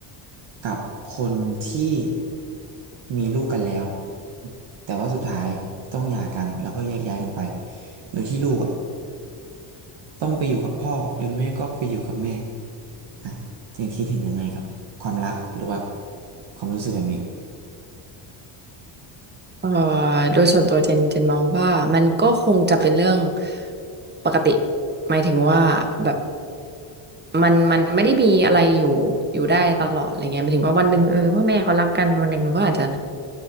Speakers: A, on the right (about 60°); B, on the right (about 20°).
A: กับคนที่มีลูกกันแล้วแต่ว่าสุดท้ายต้องหย่ากันแล้วก็แยกย้ายกันไปโดยที่ลูกอะต้องไปอยู่กับพ่อหรือแม่ก็ไปอยู่กับแม่ฮะเจนคิดเห็นยังไงกับความรักหรือว่าความรู้สึกแบบนี้
B: เอ่อโดยส่วนตัวเจนเจนมองว่ามันก็คงจะเป็นเรื่องปกติหมายถึงว่าแบบมันมันไม่ได้มีอะไรอยู่อยู่ได้ตลอดอะไรเงี้ยหมายถึงว่าวันหนึ่งเออพ่อแม่เขารักกันวันหนึ่งก็อาจจะ